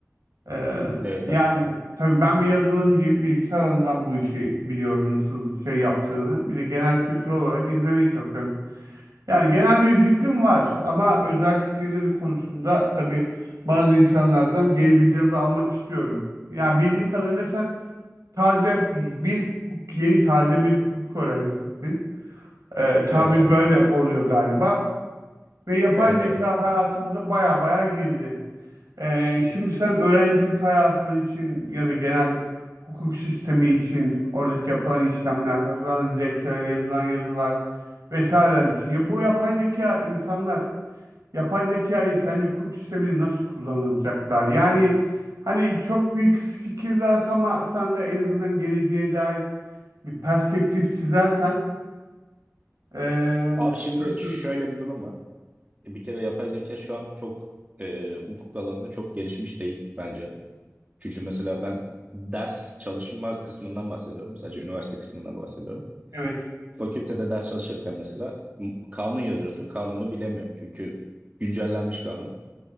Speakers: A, on the right (about 85°); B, on the right (about 30°).
A: Ee,
B: Evet
A: yani
B: abi.
A: tabii ben bir yazılımcıyım. Bilgisayar alanından bu işi biliyorum nasıl şey yaptığını. Bir de genel kültür olarak izlemeye çalışıyorum. Yani genel bir fikrim var ama özel fikirleri konusunda tabii bazı insanlardan geri bildirim de almak istiyorum. Ya bildiğim kadarıyla sen Taze bir hukuk- yeni taze bir hukuk öğrencisisin. Ee, tabir
B: Evet abi.
A: böyle oluyor galiba. Ve yapay
B: Evet
A: zeka
B: abi.
A: hayatımıza baya baya girdi. Ee, şimdi sen öğrencilik hayatın için ya da genel hukuk sistemi için oradaki yapılan işlemler, hazırlanan dilekçeler, yazılan yazılar vesaireler için. Ya bu yapay zeka insanlar yapay zekayı sence hukuk sisteminde nasıl kullanacaklar? Yani hani çok büyük fikirler atamasan da en azından geleceğe dair bir perspektif çizersen ee,
B: Abi şimdi
A: nasıl?
B: şöyle bir durum var. Bir kere yapay zeka şu an çok e, hukuk alanında çok gelişmiş değil bence. Çünkü mesela ben ders çalışma kısmından bahsediyorum. Sadece üniversite kısmından bahsediyorum.
A: Evet.
B: Fakültede ders çalışırken mesela m- kanun yazıyorsun. Kanunu bilemiyor. Çünkü güncellenmiş kanun.